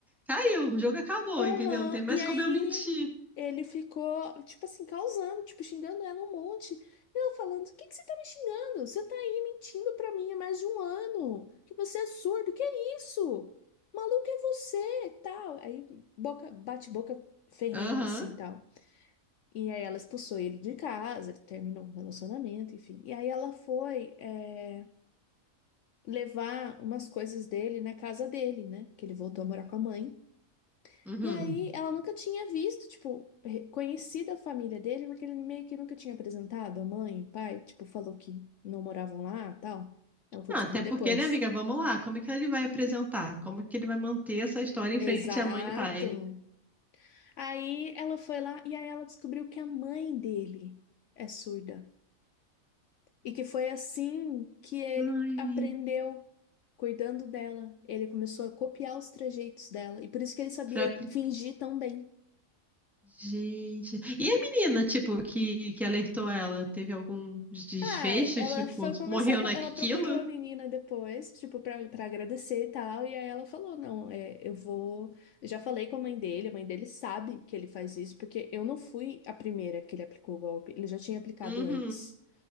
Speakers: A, in the centre; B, on the left (about 65°).
A: Caiu, o jogo acabou,
B: Aham.
A: entendeu? Não tem mais
B: E aí
A: como eu mentir.
B: ele ficou, tipo assim, causando, tipo, xingando ela um monte. E ela falando: O que que você tá me xingando? Você tá aí mentindo pra mim há mais de um ano. Que você é surdo, que é isso? Maluco é você, tal. Aí boca, bate boca ferrenho,
A: Aham,
B: assim, tal. E aí ela expulsou ele de casa, ele terminou o relacionamento, enfim. E aí ela foi. é, levar umas coisas dele na casa dele, né? Que ele voltou a morar com a mãe.
A: uhum.
B: E aí ela nunca tinha visto, tipo, re- conhecido a família dele, porque ele meio que nunca tinha apresentado a mãe, o pai, tipo, falou que não moravam lá, tal. Ela foi
A: Não,
B: descobrir
A: até porque,
B: depois.
A: né, amiga? Vamos lá. Como é que ele vai apresentar? Como é que ele vai manter essa história em
B: Exato.
A: frente à mãe e pai?
B: Aí ela foi lá e aí ela descobriu que a mãe dele é surda. E que foi assim que ele
A: Ai,
B: aprendeu cuidando dela. Ele começou a copiar os trejeitos dela. E por isso que ele sabia
A: pra... apli-
B: fingir tão bem.
A: Gente. E a menina, tipo, que, que alertou ela? Teve algum desfecho?
B: Ah, ela
A: Tipo,
B: foi conversar
A: morreu
B: com.
A: naquilo?
B: Ela procurou a menina depois, tipo, pra, pra agradecer e tal. E aí ela falou: Não, é, eu vou. Eu já falei com a mãe dele, a mãe dele sabe que ele faz isso, porque eu não fui a primeira que ele aplicou o golpe. Ele já tinha aplicado
A: Uhum.
B: antes.